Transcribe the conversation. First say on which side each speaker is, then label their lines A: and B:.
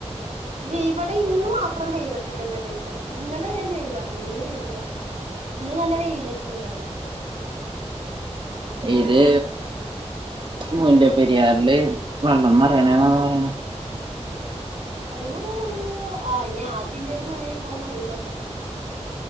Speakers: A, on the right; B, on the right.
A: പിന്നെ ഇവടെ ഇന്ന് മാത്രം പെയ്തിട്ടില്ല ഇതുവരെയിട്ടും, ഇന്നലെ വരെയും പെയ്താർന്നു, ഇന്ന് പെയ്തില്ല ഇന്ന് നല്ല വെയിലൊക്കെ ഇണ്ടായിർന്ന്
B: ഇത് മുല്ലപ്പെരിയാറില്
A: ഏഹ്
B: വെള്ളം നെറയണേന്നാണല്ലോ പറയണ
A: അതന്നെ മഴ്യ ആ ഇനി ആ ജില്ലയിൽ മഴയുണ്ടാവന്ന് അറിയില്ലട്ടോ